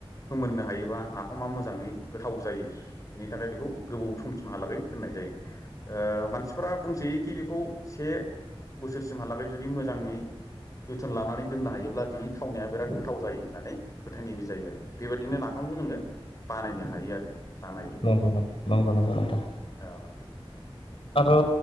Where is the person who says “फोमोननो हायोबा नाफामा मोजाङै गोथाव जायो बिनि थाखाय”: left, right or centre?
Left